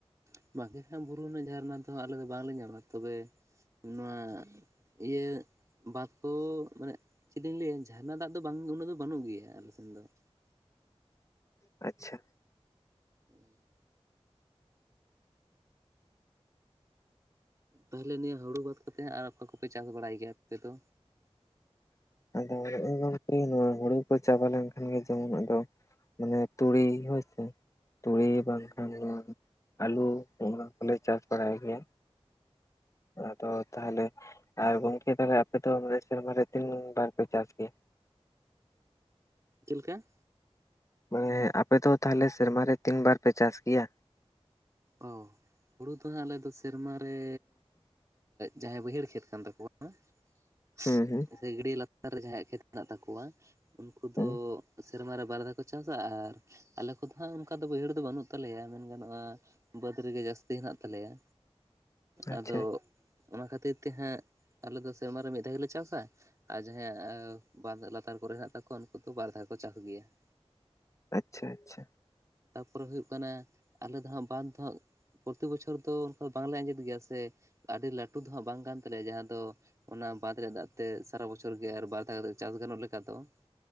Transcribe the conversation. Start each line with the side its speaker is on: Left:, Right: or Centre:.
Right: <unintelligible> ᱵᱩᱨᱩ ᱨᱮᱱᱟᱜ ᱡᱷᱟᱨᱱᱟ ᱫᱚᱦᱚᱸ ᱟᱞᱮ ᱫᱚ ᱵᱟᱝᱞᱮ ᱧᱟᱢᱟ ᱛᱚᱵᱮ ᱱᱚᱣᱟ ᱤᱭᱟᱹ ᱵᱟᱫᱽ ᱾ ᱛᱳ ᱢᱟᱱᱮ ᱪᱮᱫ ᱤᱧ ᱞᱟᱹᱭᱟ ᱡᱷᱟᱨᱱᱟ ᱫᱟᱜ ᱫᱚ ᱵᱟᱝ ᱩᱱᱟᱹᱜ ᱫᱚ ᱵᱟᱹᱱᱩᱜ ᱜᱮᱭᱟ ᱟᱞᱮ ᱥᱮᱱ ᱫᱚ ᱾
Left: ᱟᱪᱪᱷᱟ,
Right: <inaudible> ᱛᱟᱞᱦᱮ ᱱᱤᱭᱟᱹ ᱦᱩᱲᱩ ᱵᱟᱫᱽ ᱠᱟᱛᱮᱜ ᱦᱟᱸᱜ ᱟᱨ ᱚᱠᱟ ᱠᱚᱯᱮ ᱪᱟᱥ ᱵᱟᱲᱟᱭ ᱜᱮᱭᱟ ᱟᱯᱮ ᱫᱚ?
Left: ᱟᱫᱚ ᱜᱚᱝᱠᱮ ᱱᱚᱣᱟ ᱦᱩᱲᱩ ᱠᱚ ᱪᱟᱵᱟ ᱞᱮᱱᱠᱷᱟᱱ ᱜᱮ ᱡᱮᱢᱚᱱ ᱟᱫᱚ ᱾ ᱢᱟᱱᱮ ᱛᱩᱲᱤ ᱦᱳᱭ ᱥᱮ ᱛᱩᱲᱤ ᱵᱟᱝᱠᱷᱟᱱ
Right: ᱦᱩᱸ
Left: ᱱᱚᱣᱟ ᱾ ᱟᱹᱞᱩ ᱚᱱᱟ ᱠᱚᱞᱮ ᱪᱟᱥ ᱵᱟᱲᱟᱭ ᱜᱮᱭᱟ ᱾ ᱟᱫᱚ ᱛᱟᱦᱟᱞᱮ ᱟᱨ ᱜᱚᱝᱠᱮ ᱛᱟᱞᱮ ᱟᱯᱮ ᱫᱚ ᱢᱟᱱᱮ ᱥᱮᱨᱢᱟ ᱨᱮ ᱛᱤᱱ ᱵᱟᱨ ᱯᱮ ᱪᱟᱥ ᱜᱮᱭᱟ?
Right: ᱪᱤᱞᱠᱟ?
Left: ᱢᱟᱱᱮ ᱟᱯᱮ ᱫᱚ ᱛᱟᱦᱞᱮ ᱥᱮᱨᱢᱟ ᱨᱮ ᱛᱤᱱ ᱵᱟᱨ ᱯᱮ ᱪᱟᱥ ᱜᱮᱭᱟ?
Right: ᱚ ᱦᱩᱲᱩ ᱫᱚ ᱦᱟᱸᱜ ᱟᱞᱮᱫᱚ ᱥᱮᱨᱢᱟ ᱨᱮ ᱡᱟᱦᱟᱸᱭ ᱵᱟᱹᱭᱦᱟᱹᱲ ᱠᱷᱮᱛ ᱠᱟᱱ ᱛᱟᱠᱚᱣᱟ ᱾ <inaudible>
Left: ᱦᱩᱸ ᱦᱩᱸ,
Right: <unintelligible> ᱞᱟᱛᱟᱨ ᱨᱮ ᱡᱟᱦᱟᱸᱭᱟᱜ ᱠᱷᱮᱛ ᱢᱮᱱᱟᱜ ᱛᱟᱠᱚᱣᱟ ᱩᱱᱠᱩ
Left: ᱦᱩᱸ
Right: ᱫᱚ ᱥᱮᱨᱢᱟ ᱨᱮ ᱵᱟᱨ ᱫᱷᱟᱣ ᱠᱚ ᱾ ᱪᱟᱥ ᱪᱟᱥᱟ ᱟᱨ ᱟᱞᱮ ᱠᱚᱫᱚ ᱦᱟᱸᱜ ᱚᱱᱠᱟ ᱫᱚ ᱵᱟᱹᱭᱦᱟᱹᱲ ᱫᱚ ᱵᱟᱹᱱᱩᱜ ᱛᱟᱞᱮᱭᱟ ᱢᱮᱱ ᱜᱟᱱᱚᱜᱼᱟ ᱾ ᱵᱟᱹᱫᱽ ᱨᱮᱜᱮ ᱡᱟᱹᱥᱛᱤ ᱦᱮᱱᱟᱜ ᱛᱟᱞᱮᱭᱟ
Left: ᱟᱪᱪᱷᱟ
Right: ᱟᱫᱚ ᱚᱱᱟ ᱠᱷᱟᱹᱛᱤᱨ ᱛᱮ ᱦᱟᱸᱜ ᱟᱞᱮᱫᱚ ᱥᱮᱨᱢᱟᱨᱮ ᱢᱤᱫ ᱫᱷᱟᱣ ᱜᱮᱞᱮ ᱪᱟᱥᱟ ᱾ ᱟᱨ ᱡᱟᱦᱟᱸᱭᱟᱜ ᱵᱟᱹᱫᱽ ᱞᱟᱛᱟᱨ ᱠᱚᱨᱮ ᱦᱮᱱᱟᱜ ᱛᱟᱠᱚᱣᱟ ᱩᱱᱠᱩ ᱫᱚ ᱵᱟᱨ ᱫᱷᱟᱣ ᱠᱚ ᱪᱟᱥ ᱜᱮᱭᱟ ᱾
Left: ᱟᱪᱪᱷᱟ ᱟᱪᱪᱷᱟ,
Right: ᱛᱟᱯᱚᱨᱮ ᱦᱩᱭᱩᱜ ᱠᱟᱱᱟ ᱟᱞᱮ ᱫᱚ ᱦᱟᱸᱜ ᱵᱟᱸᱫᱽ <unintelligible> ᱯᱚᱛᱤ ᱵᱚᱪᱷᱚᱨ ᱫᱚ ᱚᱝᱠᱟ ᱵᱟᱝᱞᱮ ᱟᱸᱡᱮᱫ ᱜᱮᱭᱟ ᱥᱮ ᱟᱹᱰᱤ ᱞᱟᱹᱴᱩ ᱫᱚᱦᱟᱸᱜ ᱵᱟᱝ ᱠᱟᱱ ᱛᱟᱞᱮᱭᱟ ᱡᱟᱦᱟᱸ ᱫᱚ ᱾ ᱚᱱᱟ ᱵᱟᱸᱫᱷ ᱨᱮᱭᱟᱜ ᱫᱟᱜ ᱛᱮ ᱥᱟᱨᱟ ᱵᱚᱪᱷᱚᱨ ᱜᱮ ᱟᱨ ᱵᱟᱨ ᱫᱷᱟᱣ ᱠᱟᱛᱮ ᱪᱟᱥ ᱜᱟᱱᱚᱜ ᱞᱮᱠᱟ ᱫᱚ ᱾